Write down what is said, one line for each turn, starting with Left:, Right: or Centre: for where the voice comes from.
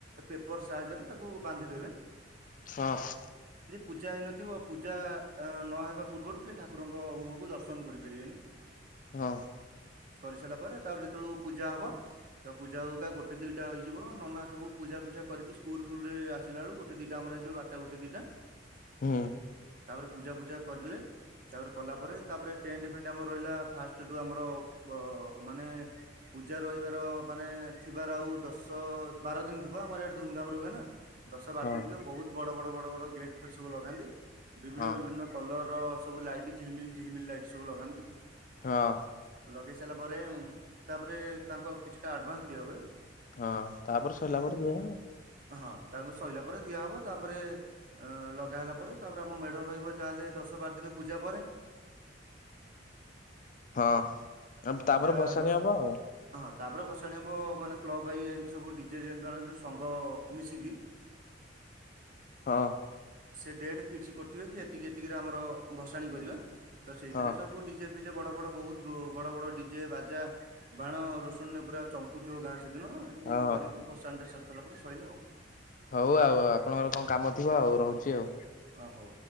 Right: ପେପର ସାହାଯ୍ୟରେ ତାକୁ ବାନ୍ଧି ଦେବେ।
Left: ହଛଁ।
Right: ପୂଜା ହେଇନଥିବ ଓ ପୂଜା ନ ହେବା ପୂର୍ବରୁ କିଏ ଠାକୁରଙ୍କ ମୁହଁକୁ ଦର୍ଶନ କରିପାରିବେନି
Left: ହଁ।
Right: କରିସାରିଲା ପରେ ତାର ଯେତେବେଳୁ ପୂଜା ହବ ତ ପୂଜା ହଉକା ଗୋଟେ ଗୋଟ ଦୁଇଟା ହେଇିବ ନନା ସବୁ ପୂଜା ଫୂଜା କରିକି ସ୍କୁଲ ଫୁଲ ରେ ଆସିଲା ବେଳକୁ ଗୋଟେ ଗ ଦିଟାମରଇଯାରା ଗୋଟିଏ ଦିଟା
Left: ହୁଁ।
Right: ତାପରେ ପୂଜା ଫୂଜା କରିଲେ ତାପରେ କଲା ପରେ ତାପରେ ଟେଣ୍ଟ ଫେଣ୍ଟ ଆମର ରହିଲା ଫାଷ୍ଟ ଯୋଉ ଆମର ଯୋଉ ମାନେ ପୂଜା ରହିବାର ଥିବାର ଆଉ ଦଶ ବାର ଦିନ ଥିବ ଆମର ଏଆଡେ ଧୁମଧାମ ରେ ହୁଏ ନା ଦଶ ବାର
Left: ହଁ
Right: ଦିନ ଥିବ ବହୁତ ବଡ ବଡ ବଡ ବଡ ଗେଟ ଫେଟ୍ ସବୁ ଲଗାନ୍ତି ବିଭିନ୍ନ
Left: ହଁ
Right: ବିଭିନ୍ନ କଲର ସବୁ ଲାଇଟ ଝିଲମ ଝିଲମିଲ ଲାଇଟ୍ ସବୁ ଲଗାନ୍ତି।
Left: ହଁ।
Right: ଲଗେଇ ସାରିଲା ପରେ ତାପରେ ତାଙ୍କ କିଛିଟା ଆଡଭାନ୍ସ ଦିଆ ହୁଏ।
Left: ହଁ ତାପରେ ସରିଲା ପରେ ଯାହା।
Right: ହଁ ତାଙ୍କୁ ସରିଲା ପରେ ଦିଆହବ ତାପରେ ଲଗା ହେଲା ପରେ ତାପରେ ଆମ ମେଢ ରହିବ ଯାହାହେଲେ ଦଶ ଦଶବାର ଦିନ ପୂଜା ପରେ
Left: ହଁ ଆ
Right: ପୂଜା
Left: ତାପରେ ଭସାଣି
Right: ଦଶ
Left: ହବ ଆଉ।
Right: ହଁ ତାପରେ ବସାଣି ହବ ମାନେ କ୍ଲବାଇ ଏମିତି ସବୁ ଡିଜେ ଯେଣେ ଯ ସଂଘ ମିଶିକି <unintelligible>
Left: ହଁ
Right: ସେ ଡେଟ୍ ଫିକ୍ସ କରିଥିବେ କି ଏତିକି ଏତିକିରେ ଆମର ଭସାଣି କରିବା ତ ସେଇଥିରେ
Left: ହଁ
Right: ସବୁ ି ବଡ ବଡ ବହୁତ ବଡ ବଡ ଡିଜେ ବାଜା ବାଣ ରୋଷଣରେ ପୁରା ଚମୁଥିବ ଗାଁ ସେଦିନ ଏମିତି
Left: ହଁ
Right: କରିକି ଭସାଣଟା ସାରି ସାରିଲା ପରେ ସଇଲା ଆଉ।
Left: ହଉ ଆଉ ଆପଣଙ୍କର କଣ କାମ ଥିବ ଆଉ ରହୁଛି ଆଉ।
Right: ଅ ହଉ।